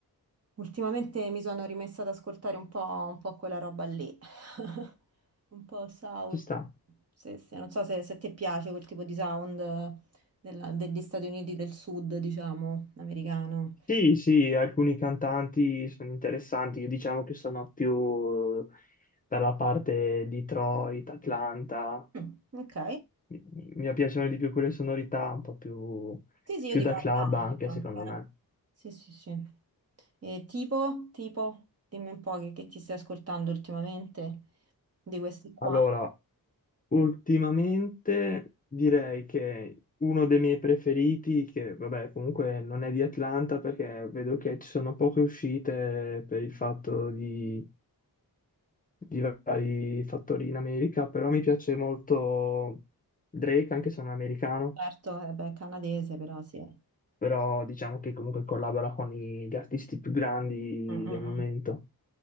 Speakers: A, on the right (about 40°); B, on the left (about 20°).
A: Ultimamente mi sono rimessa ad ascoltare un po', un po' quella roba lì, <laughs> un po' South.
B: ci sta.
A: Sì, sì, Non so se, se ti piace quel tipo di sound eh, della- degli Stati Uniti del Sud, diciamo, americano.
B: Sì, sì, alcuni cantanti sono interessanti, io diciamo che sono più per la parte Detroit, Atlanta,
A: Mm, ok.
B: mi, mi- mi piacciono di più quelle sonorità un po' più,
A: Sì, sì, io
B: più
A: dico
B: da
A: Atlanta
B: club anche secondo
A: anche. eh.
B: me.
A: Sì, sì, sì. E tipo, tipo, dimmi un po' che, che ti stai ascoltando ultimamente di questi qua.
B: Allora, Ultimamente direi che uno dei miei preferiti, che vabbè comunque non è di Atlanta perché vedo che ci sono poche uscite per il fatto di, di vari fattori in America, però mi piace molto Drake, anche se non è americano,
A: Certo, eh, beh, canadese, però sì. Mm,
B: però diciamo che comunque collabora con i- gli artisti più grandi
A: mm,
B: del
A: mm.
B: momento.